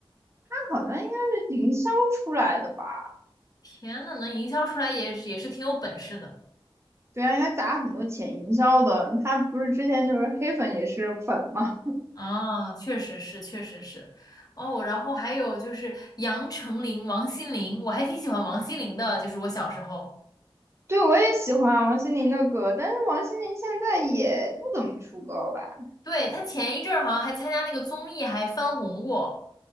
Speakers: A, on the right; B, on the left.
A: 他好像应该是营销出来的吧？
B: 天呐，能营销出来也是也是挺有本事的
A: 对啊，应该砸很多钱营销的。他不是之前就是黑粉也是粉嘛？
B: 啊，确实是，确实是。哦，然后还有就是杨丞琳、王心凌，我还挺喜欢王心凌的，就是我小时候。
A: 对，我也喜欢王心凌的歌，但是王心凌现在也不怎么出歌了吧？
B: 对，他前一阵儿好像还参加那个综艺，还翻红过。